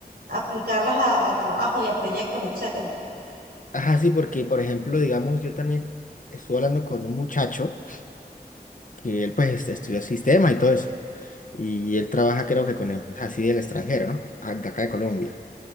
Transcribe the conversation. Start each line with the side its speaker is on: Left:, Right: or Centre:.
Right: aplicarlas a, a trabajo y a proyectos, etcétera.
Left: Ajá, sí, porque, por ejemplo, digamos, yo también estuve hablando con un muchacho que él, pues, estudió sistemas y todo eso. Y él trabaja, creo que con empresas así del extranjero, ¿no? A- De acá de Colombia.